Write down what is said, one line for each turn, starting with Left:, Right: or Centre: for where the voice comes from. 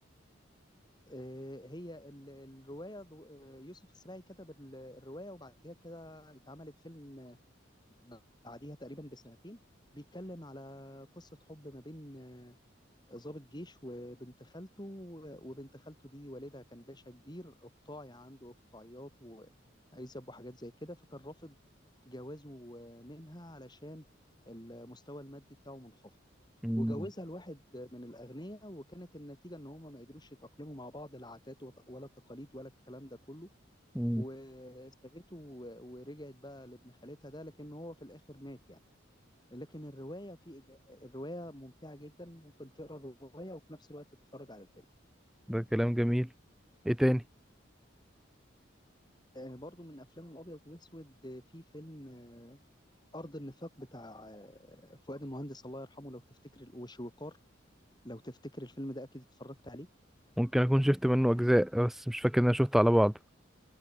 Left: آه، هي ال- الرواية دو- آه، يوسف السباعي كتب ال- الرواية وبعدها كده اتعملت فيلم بعديها تقريبا بسنتين بيتكلم على قصة حب ما بين آه، ضابط جيش وبنت خالته وبنت خالته دي والدها كان باشا كبير اقطاعي عنده اقطاعيات وعزب وحاجات زي كده فكان رافض جوازه آه، منها علشان المستوى المادي بتاعه منخفض
Centre: امم
Left: وجوزها لواحد من الأغنياء وكانت النتيجة إن هما ما قدروش يتأقلموا مع بعض لا عادات ولا تقاليد ولا الكلام ده كله
Centre: أمم.
Left: وسابته و- ورجعت بقى لابن خالتها ده لكن هو في الآخر مات يعني لكن الرواية في إج- الرواية ممتعة جدا ممكن تقرا الرواية وفي نفس الوقت تتفرج على الفيلم
Centre: ده كلام جميل ايه تاني
Left: آه، برضو من أفلام الأبيض وأسود آه، في فيلم آه، أرض النفاق بتاع آه، فؤاد المهندس الله يرحمه لو تفتكر وشويكار لو تفتكر الفيلم ده أكيد اتفرجت عليه
Centre: ممكن اكون شفت منه اجزاء بس مش فاكر ان انا شفته على بعض